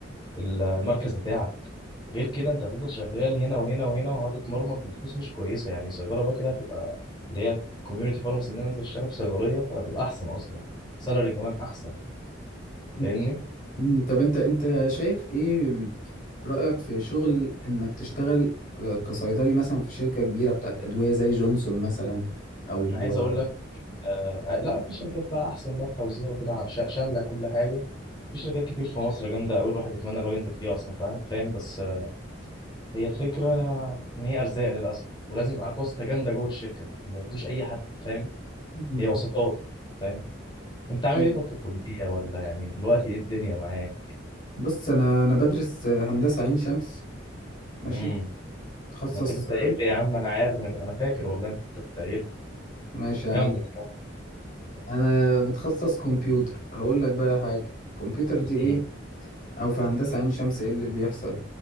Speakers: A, on the left; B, on the left.
A: المركز بتاعك غير كده انت هتفضل شغال هنا وهنا وهنا وهتتمرمط بفلوس مش كويسه يعني صيدله بقى كده هتبقى اللي هي كوميونتي فارماسي ان انا انزل اشتغل في صيدليه فهتبقى احسن اصلا سالري كمان احسن
B: مم.
A: فاهمني
B: مم. طب أنت أنت شايف إيه رأيك في شغل إنك تشتغل ك- كصيدلي مثلا في شركة كبيرة بتاعت أدوية زي جونسون مثلا أو
A: انا عايز اقول لك آه لا في شركات بقى احسن بقى التوزيع وكده ع- شا- شامله كل حاجه في شركات كتير في مصر جامده قوي الواحد يتمنى لو ينزل فيها اصلا فاهم فاهم بس آه، هي الفكره ان هي ارزاق للاسف ولازم يبقى معاك واسطه جامده جوه الشركه ما ياخدوش اي حد فاهم
B: مم.
A: هي وسطات فاهم انت عامل
B: أيوة.
A: ايه طب في الكليه ولا يعني دلوقتي ايه الدنيا معاك
B: بص أنا أنا بدرس هندسة عين شمس ماشي
A: امم
B: تخصص
A: ما انت كنت قايل لي يا عم انا عارف انا انا فاكر والله انت كنت قايل لي
B: ماشي يا
A: كمل
B: عم
A: كمل
B: انا
A: <laughs>
B: بتخصص كمبيوتر هقول لك بقى حاجه كمبيوتر دي ايه
A: مم.
B: او في هندسه عين شمس ايه اللي بيحصل